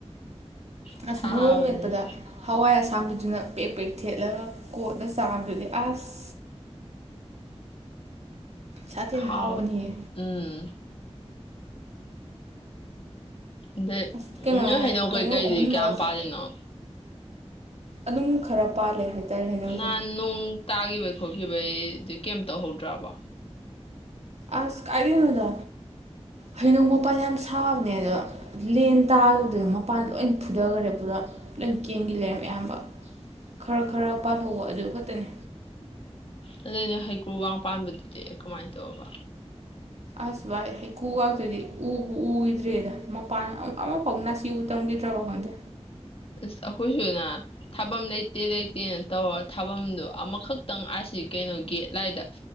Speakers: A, on the left; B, on the right.
A: ꯁꯥꯕꯅ
B: ꯑꯁ ꯃꯣꯔꯣꯡ ꯃꯦꯠꯄꯗ ꯍꯋꯥꯏ ꯑꯁꯥꯡꯕꯗꯨꯅ ꯄꯦꯛ ꯄꯦꯛ ꯊꯦꯠꯂꯒ ꯀꯣꯟꯅ ꯆꯥꯕꯗꯨꯗꯤ ꯑꯁ ꯁꯥꯊꯤꯟ
A: ꯍꯥꯋꯎ
B: ꯍꯥꯎꯕꯅꯤꯍꯦ
A: ꯎꯝ ꯑꯗꯩ
B: ꯑꯁ ꯀꯩꯅꯣ
A: ꯅꯣꯏ ꯍꯩꯅꯧ ꯀꯩꯀꯩꯗꯤ
B: ꯑꯃꯨꯟꯕꯒꯁꯦ
A: ꯀꯌꯥꯝ ꯄꯥꯜꯂꯤꯅꯣ
B: ꯑꯗꯨꯝ ꯈꯔ ꯄꯥꯜꯂꯦ ꯍꯥꯏꯇꯥꯔꯦ ꯍꯩꯅꯧꯁꯦ
A: ꯅꯍꯥꯟ ꯅꯣꯡ ꯇꯥꯈꯤꯕꯩ ꯈꯣꯠꯈꯤꯕꯩꯗꯤ ꯀꯩꯝ ꯇꯧꯍꯧꯗ꯭ꯔꯕ
B: ꯑꯁ ꯀꯥꯏꯗꯣꯏꯅꯣꯗ ꯍꯩꯅꯧ ꯃꯄꯥꯟ ꯌꯥꯝ ꯁꯥꯕꯅꯦ ꯑꯗꯣ ꯂꯦꯟ ꯇꯥꯈꯤꯕꯗꯨꯅ ꯃꯄꯥꯟ ꯂꯣꯏ ꯐꯨꯊꯈ꯭ꯔꯦ ꯄꯨꯔ ꯂꯣꯏ ꯀꯦꯟꯈꯤ ꯂꯩꯔꯦ ꯑꯌꯥꯝꯕ ꯈꯔ ꯈꯔ ꯄꯥꯜꯍꯧꯕ ꯑꯗꯨ ꯈꯛꯇꯅꯤ
A: ꯑꯗꯨꯗ ꯑꯩꯅ ꯍꯩꯀ꯭ꯔꯨꯒ ꯄꯥꯟꯕꯗꯨꯗꯤ ꯀꯃꯥꯏꯅ ꯇꯧꯒ
B: ꯑꯁ ꯚꯥꯏ ꯍꯩꯀꯨꯒꯥꯗꯨꯗꯤ ꯎꯕꯨ ꯎꯈꯤꯗ꯭ꯔꯦꯗ ꯃꯄꯥꯟ ꯑꯃꯐꯥꯎ ꯅꯥꯁꯤꯕꯨ ꯇꯝꯈꯤꯗ꯭ꯔꯕ ꯈꯪꯗꯦ
A: ꯑꯁ ꯑꯩꯈꯣꯏꯁꯨꯅ ꯊꯥꯐꯝ ꯂꯩꯇꯦ ꯂꯩꯇꯦ ꯇꯦꯅ ꯇꯧꯔ ꯊꯥꯐꯝꯗꯣ ꯑꯃꯈꯛꯇꯪ ꯑꯁꯤꯁꯤ ꯀꯩꯅꯣ ꯒꯦꯠꯂꯥꯏꯗ